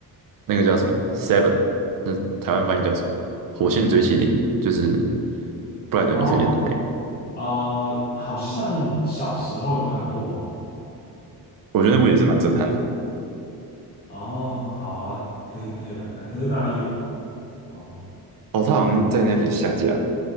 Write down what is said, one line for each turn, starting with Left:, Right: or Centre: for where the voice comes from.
Right: 那个叫什么 Seven，台湾翻译叫什么？《火线追妻令》，就是布莱德比特演的那个，
Left: 哦呃，好像小时候有看过吗？
Right: 我觉得那部也是蛮震撼的。
Left: 哦，好啊，可以可以来看，可是哪里有？哦。
Right: 哦，他好像在 Netflix 下架了，